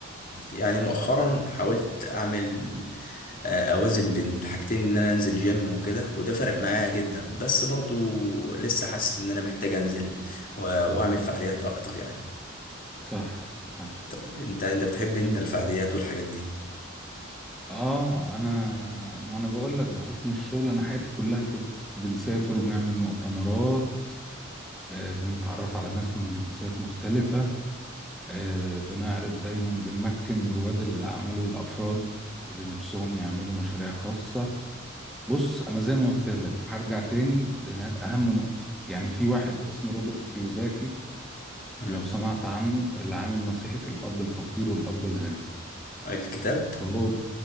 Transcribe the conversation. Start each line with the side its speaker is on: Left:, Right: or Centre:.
Left: يعني مؤخرا حاولت اعمل آه، اوازن بين الحاجتين ان انا انزل جيم وكده وده فرق معايا جدا بس برضو لسه حاسس ان انا محتاج انزل و- واعمل فعاليات اكتر يعني
Centre: صح صح
Left: انت انت أنت بتحب انت
Centre: كم
Left: الفعاليات والحاجات دي
Centre: اه انا ما انا بقول لك بحكم الشغل انا حياتي كلها كده بنسافر وبنعمل مؤتمرات آه بنتعرف على ناس من جنسيات مختلفه آه بنعرض دايما بنمكن رواد الاعمال والافراد اللي نفسهم يعملوا مشاريع خاصه بص انا زي ما قلت لك هرجع تاني لاهم نقطه يعني في واحد اسمه روبرت كيوزاكي
Left: مم.
Centre: لو سمعت عنه اللي عامل نصيحه الاب الفقير والاب الغني
Left: الكتاب
Centre: فهو